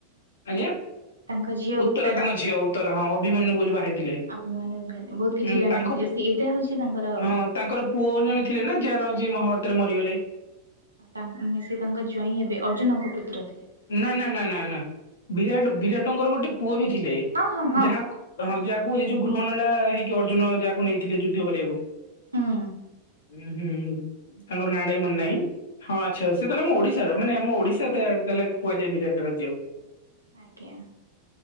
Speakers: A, on the left (about 60°); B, on the right (about 75°).
A: ଆଜ୍ଞା?
B: ତାଙ୍କ ଝିଅ
A: ଉତ୍ତର
B: ଉତ୍ତରା
A: ତାଙ୍କ ଝିଅ ଉତ୍ତର ହଁ ଅଭିମନ୍ୟୁ କ ଯିଏ ବାହାରିଥିଲେ,
B: ଅଭିମନ୍ୟୁ ବହୁତ କିଛି
A: ଉ
B: ଜାଣିଛନ୍ତି
A: ତାଙ୍କ
B: ଏଇଟା ହଉଛି ତାଙ୍କର
A: ହଁ ତାଙ୍କର ପୁଅ ଜଣେ ଥିଲେ ନା ଯାହାରଜି ମହାଭାରତରେ ମରିଗଲେ?
B: ତାନ ସେ ତାଙ୍କ ଜ୍ୱାଇଁ ହେବେ ଅର୍ଜୁନଙ୍କ ପୁତ୍ର ଥିଲେ। ସେ
A: ନା ନା ନା ନା ନା ବିରାଟ ବିରାଟଙ୍କର ଗୋଟେ ପୁଅ ବି ଥିଲେ
B: ହଁ ହଁ ହଁ
A: ଯାହା ହଁ ଯାହାକୁ ଯୋଉ ବୃହଣଳା ହେଇକି ଅର୍ଜୁନ ଯାହାକୁ ନେଇଥିଲେ ଯୁଦ୍ଧ କରିବାକୁ?
B: ହୁଁ
A: ହୁଁ ହୁଁ। ତାଙ୍କର ନାଁ ଟା ବି ମନେ ନାହିଁ ହଁ ଆଚ୍ଛା ସେ ତାହେଲେ ଆମ ଓଡ଼ିଶାର ମାନେ ମୋ ଓଡ଼ିଶା ତେ କୁହାଯାଏ ବିରାଟ ରାଜ୍ୟ।
B: ଆଜ୍ଞା।